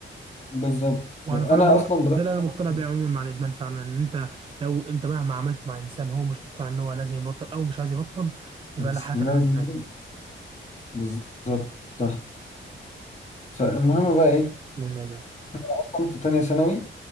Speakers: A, on the left (about 35°); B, on the right (about 25°).
A: بالظبط
B: وانا
A: فأنا
B: فعلا
A: أصلا
B: ده
A: بدأت
B: ده اللي انا مقتنع
A: أفكر
B: بيه عموما مع الادمان فعلا ان انت لو انت مهما عملت مع انسان هو مش مقتنع ان هو لازم يبطل او مش عايز يبطل يبقى
A: بس
B: لا حياه
A: لازم
B: لمن تنادي
A: بالظبط صح فالمهم بقى إيه
B: المهم ايه بقى
A: أصلا في تانية ثانوي